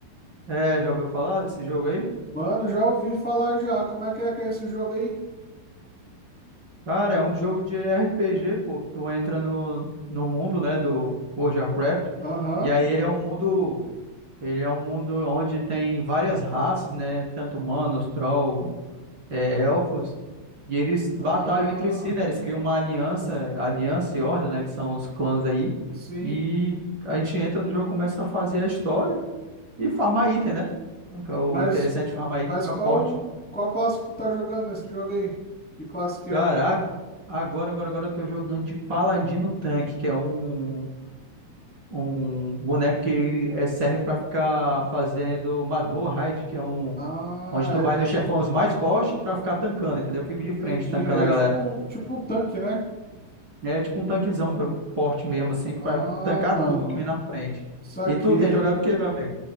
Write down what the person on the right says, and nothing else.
É, já ouviu falar desse jogo aí?
Cara, é um jogo de RPG, pô. Tu entra no, no mundo, né, do World of Warcraft,
e aí ele é um mundo, ele é um mundo onde tem várias raças, né, tanto humanos, troll, é, elfos, e eles batalham
entre si, né? Eles criam uma aliança, aliança e horda, né? Que são os clãs aí.
E a gente entra no jogo, começa a fazer a história e farmar item, né? O que é o
interessante, farmar
item e ficar
forte.
Cara,
ag- agora, agora, agora eu tô jogando de Paladino Tanque, que é um, um boneco que ele, é, serve pra ficar fazendo masmorra raid, que é um.
Onde tu vai
nos
chefões mais fortes pra ficar tancando, entendeu? Eu fico de frente
tancando
a galera.
É tipo um tanquezão bro, forte mesmo, assim, que
vai tancar
tudo que vem na frente.
E tu, tem jogado o quê, meu amigo?